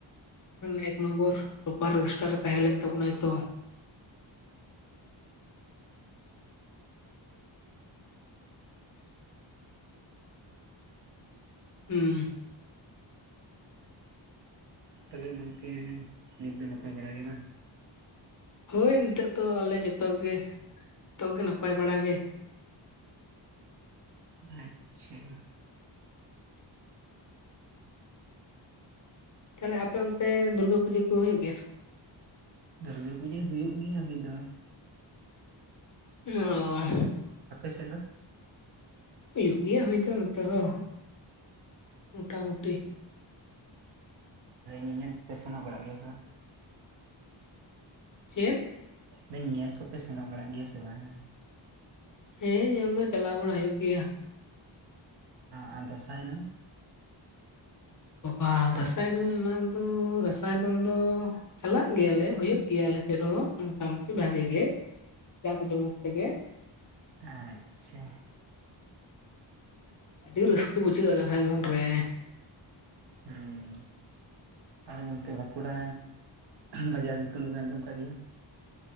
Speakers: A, on the left (about 40°); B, on the right (about 60°).
A: ᱢᱟᱱᱮ ᱮᱠ ᱱᱚᱢᱵᱚᱨ ᱴᱚᱯᱟᱨ ᱨᱚᱥᱴᱟᱨ ᱮ ᱛᱟᱦᱮᱸ ᱞᱮᱱ ᱛᱟᱵᱚᱱᱟᱭ ᱛᱚ᱾ ᱦᱩᱸ᱾
B: ᱛᱚᱵᱮ ᱜᱚᱢᱠᱮ ᱱᱤᱛ ᱫᱚ ᱱᱟᱯᱟᱭ ᱵᱟᱲᱟ ᱜᱮ ᱵᱟᱝ?
A: ᱦᱳᱭ ᱱᱤᱛᱚᱜ ᱫᱚ ᱟᱞᱮ ᱡᱚᱛᱚ ᱜᱮ ᱛᱚᱜᱮ ᱱᱟᱯᱟᱭ ᱵᱟᱲᱟ ᱜᱮ᱾
B: ᱟᱪᱪᱷᱟ
A: ᱛᱟᱦᱚᱞᱮ ᱦᱟᱯᱮ ᱚᱱᱛᱮ ᱫᱩᱨᱜᱟᱹ ᱯᱩᱡᱟᱹ ᱠᱚ ᱦᱩᱭᱩᱜ ᱜᱮᱭᱟ ᱥᱮ
B: ᱫᱩᱨᱜᱟᱹ ᱯᱩᱡᱟᱹ ᱦᱩᱭᱩᱜ ᱜᱮᱭᱟ ᱢᱤᱫ ᱫᱚ᱾
A: ᱚᱦ᱾
B: ᱟᱯᱮ ᱥᱮᱜ ᱫᱚ?
A: ᱦᱩᱭᱩᱜ ᱜᱮᱭᱟ ᱦᱩᱭ ᱫᱚ ᱱᱚᱛᱮ ᱦᱚᱸ ᱢᱚᱴᱟᱢᱩᱴᱤ᱾
B: <inaudible> ᱧᱮᱞ ᱯᱮ ᱥᱮᱱᱚᱜ ᱵᱟᱲᱟᱜ ᱜᱮᱭᱟ ᱥᱮ?
A: ᱪᱮᱫ?
B: ᱦᱩᱸ, ᱧᱮᱞ ᱠᱚᱯᱮ ᱥᱮᱱᱚᱜ ᱵᱟᱲᱟᱜ ᱜᱮᱭᱟ ᱥᱮ ᱵᱟᱝ?
A: ᱦᱮᱸ ᱧᱮᱞ ᱫᱚ ᱪᱟᱞᱟᱣ ᱵᱟᱲᱟ ᱦᱩᱭᱩᱜ ᱜᱮᱭᱟ᱾
B: ᱟᱨ ᱫᱟᱸᱥᱟᱭ ᱫᱚ?
A: ᱵᱟᱵᱟ! ᱫᱟᱸᱥᱟᱭ ᱫᱚ ᱚᱱᱟ ᱫᱚ ᱫᱟᱸᱥᱟᱭ ᱫᱚᱱ ᱫᱚᱼᱼ ᱪᱟᱞᱟᱜ ᱜᱮᱭᱟᱞᱮ, ᱦᱩᱭᱩᱜ ᱜᱮᱭᱟ ᱟᱞᱮ ᱥᱮᱫ ᱦᱚᱸ ᱢᱳᱚᱴᱟᱢᱩᱴᱤ ᱵᱷᱟᱜᱤ ᱜᱮ ᱡᱟᱠ ᱡᱚᱢᱚᱠ ᱛᱮᱜᱮ᱾
B: ᱟᱪᱪᱷᱟ᱾
A: ᱟᱹᱰᱤ ᱨᱟᱹᱥᱠᱟᱹ ᱵᱩᱡᱷᱟᱹᱜ-ᱟ ᱫᱟᱸᱥᱟᱭ ᱫᱚᱱ ᱨᱮ᱾
B: ᱦᱮᱸᱻ ᱟᱨ ᱜᱚᱝᱠᱮ ᱵᱟᱸᱠᱩᱲᱟ ᱵᱟᱡᱟᱨ ᱧᱩᱛᱩᱢ ᱫᱚᱵᱤᱱ ᱟᱸᱡᱚᱢ ᱟᱠᱟᱫ ᱜᱮᱭᱟ?